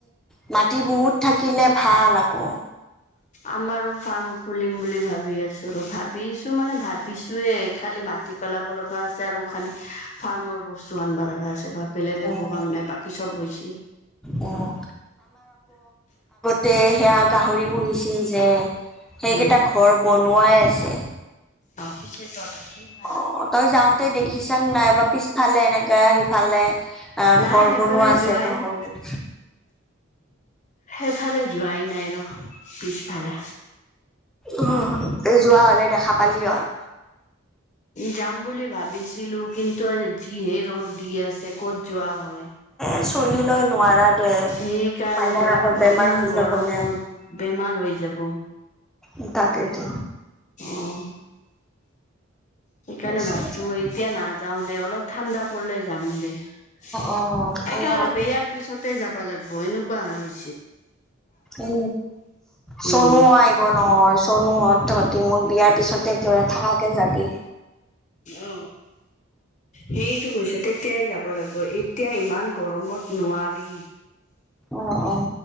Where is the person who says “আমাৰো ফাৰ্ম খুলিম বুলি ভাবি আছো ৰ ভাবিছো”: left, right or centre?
Left